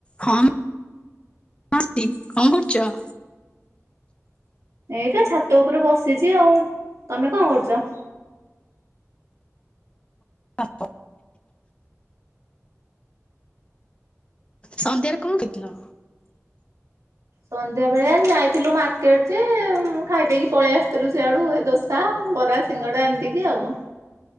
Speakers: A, on the left; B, on the right.
A: ହଁ। <unintelligible> କଣ କରୁଚ?
B: ଏଇଟା ଛାତ ଉପରେ ବସିଚି ଆଉ। ତମେ କଣ କରୁଚ?
A: <unintelligible> ସନ୍ଧ୍ୟାରେ କଣ ଖାଇଥିଲ?
B: ସନ୍ଧ୍ୟା ବେଳେ ଆ ଯାଇଥିଲୁ ମାର୍କେଟ ଯେ ଖାଇଦେଇକି ପଳେଇ ଆସିଥିଲୁ ସେଆଡୁ ଏ ଦୋ ସା ବରା ସିଙ୍ଗଡ଼ା ଏମତି କିି ଆଉ।